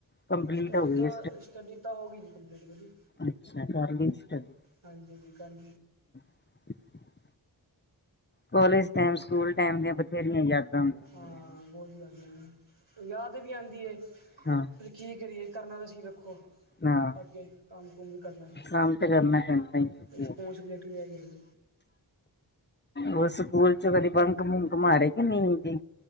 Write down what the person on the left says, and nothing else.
ਕੰਪਲੀਟ
ਹੋ ਗਈ
ਹੈ
ਅੱਛਾ ਕਰ ਲਈ ਸਟੱਡੀ
<unintelligible> ਕੋਲਜ ਟਾਈਮ ਸਕੂਲ ਟਾਈਮ ਦੀਆਂ ਬਥੇਰੀਆਂ ਯਾਦਾਂ ਹੁੰਦੀਆਂ
ਹਾਂ
ਹਾਂ
ਕੰਮ ਤੇ ਕਰਨਾ ਪੈਂਦਾ
ਹੀ
ਉਹ ਸਕੂਲ ਚ ਕਦੀ ਬੰੰਕ, ਬੰਂਕ ਮਾਰੇ ਕਿ ਨੀ ਜ